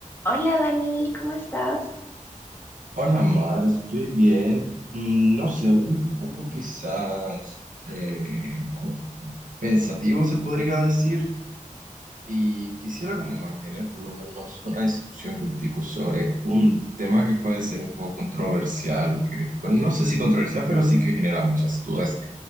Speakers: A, on the left (about 15°); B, on the right (about 75°).
A: Hola Dani, ¿cómo estás?
B: Hola Mar, estoy bien. Mm, No sé, un poco quizás eh, como pensativo se podría decir y quisiera como mantener por lo menos una discusión contigo sobre un tema que puede ser un poco controversial o que, bueno, no sé si controversial, pero sí que genera muchas dudas.